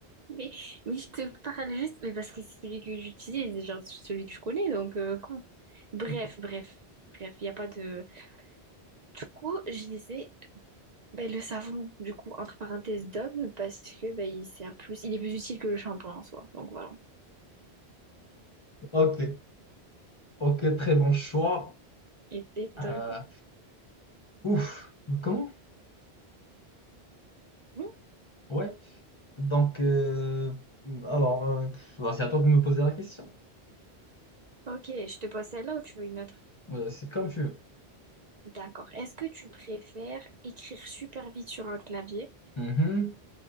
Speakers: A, on the right (about 45°); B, on the left (about 30°).
A: Mais, mais je te parle juste, mais parce que c'est celui que j'utilise, genre c'est celui que je connais, donc euh, quoi. Bref,
B: Ok,
A: bref, bref, il n'y a pas de. Du coup, je disais, Ben, le savon, du coup, entre parenthèses, Dove, parce que ben, il sert plus, il est plus utile que le shampoing en soi. Donc voilà.
B: ok, ok, très bon choix.
A: Et, et
B: Euh,
A: toi, du coup?
B: ouf, comment?
A: Hmm.
B: Ouais. Donc, euh, alors, euh, bah, c'est à toi de me poser la question.
A: Ok, je te pose celle-là ou tu veux une autre?
B: Euh, c'est comme tu veux.
A: D'accord. Est-ce que tu préfères écrire super vite sur un clavier,
B: Mhm.